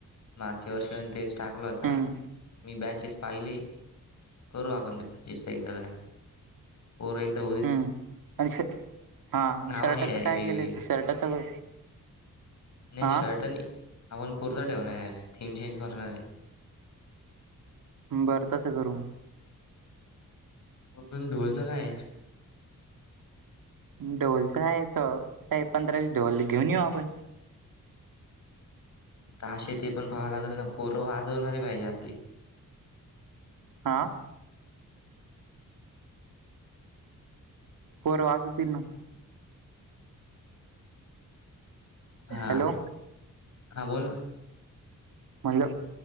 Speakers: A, on the left; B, on the right.
A: मागच्या वर्षी पण तेच टाकला होता
B: हम्म
A: मी बॅचेस पाहिले. करू आपण ते जे सही लग रहा पोरं एकदा होई
B: हम्म आणि श हा शर्टाच
A: आणि डायरेक्ट
B: काय
A: वेगवेगळी
B: केलंय तू शर्टाचं
A: नाही
B: हा
A: शर्ट नई आपण कुर्ता ठेवणार ह्यावेळेस थीम चेंज करू यावेळी
B: बरं तसं करू म
A: ओपन ढोलचं काय ये
B: ढोलच आहेत काय पंधरा वीस ढोल घेऊन येऊ आपण.
A: ताशे ते पण पाहाव लागल ना पोर वाजवणारे पाहिजे आपली.
B: हा पोरं वाजवतीन नं
A: हा,
B: हॅलो
A: हा बोल ना
B: म्हणलं